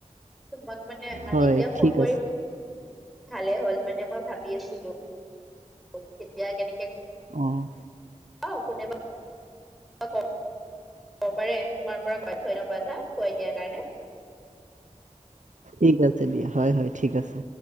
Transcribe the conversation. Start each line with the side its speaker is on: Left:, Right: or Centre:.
Centre: তোমাক মানে
Right: হয়
Centre: এতিয়া ফোন
Right: ঠিক
Centre: কৰি
Right: আছে
Centre: ভালে হ'ল মানে মই ভাবি আছিলো ও তেতিয়া কেনে
Right: অ'
Centre: আহ কোনেবা ক ক'ব পাৰে তোমাৰ পাৰে কয় ধন্যবাদ হা কৈ দিয়াৰ কাৰণে
Right: ঠিক আছে, দিয়া হয়, হয়, ঠিক আছে।